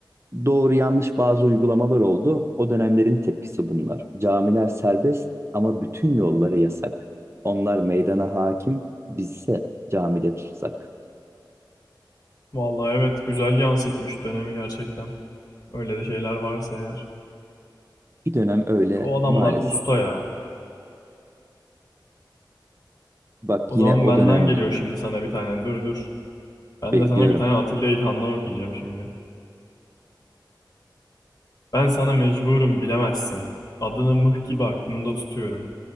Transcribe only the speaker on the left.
Vallahi evet güzel yansıtmış dönemi gerçekten. Öyle de şeyler varsa eğer.
E, Bu adamlar
usta ya.
O
zaman
benden
geliyor şimdi sana bir tane. Dur dur. Ben
de sana bir tane Atilla İlhan'dan okuyacağım şimdi. Ben sana mecburum bilemezsin. Adını mıh gibi aklımda tutuyorum.